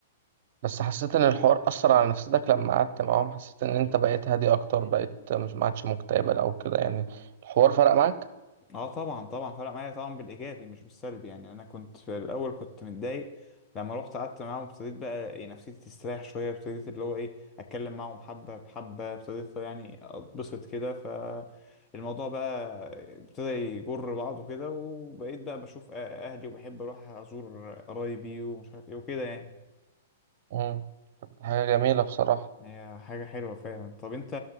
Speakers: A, on the right (about 55°); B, on the left (about 20°).
A: بس حسيت ان الحوار اثر على نفسيتك لما قعدت معاهم حسيت ان انت بقيت هادي اكتر بقيت مش ما عادش مكتئب او كده يعني الحوار فرق معاك
B: اه طبعا طبعا فرق معايا طبعا بالايجابي مش بالسلبي يعني انا كنت في الاول كنت متضايق لما رحت قعدت معاهم ابتديت بقى إيه نفسيتي تستريح شويه ابتديت اللي هو ايه اتكلم معاهم حبه بحبه ابتديت يعني اتبسط كده فالموضوع بقى ابتدى يجر بعضه كده وبقيت بقى بشوف أ- اهلي وبحب اروح ازور قرايبي ومش عارف ايه وكده يعني
A: امم حاجه جميله بصراحه
B: هي حاجة حلوة فعلا طب انت